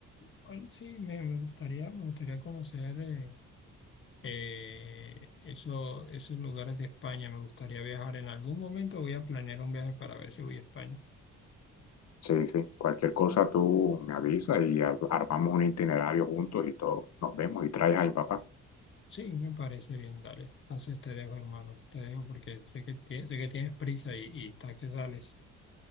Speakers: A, on the left (about 40°); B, on the left (about 60°).
A: bueno, sí, me, me gustaría, me gustaría conocer eh, eh, eso- esos lugares de España. Me gustaría viajar en algún momento. Voy a planear un viaje para ver si voy a España.
B: Sí, sí, cualquier cosa tú me avisas y ar- armamos un itinerario juntos y todo. Nos vemos y traes a mi papá.
A: Sí, me parece bien, dale. Entonces te dejo, hermano. Te dejo porque sé que, tie- sé que tienes prisa y, y estás que sales.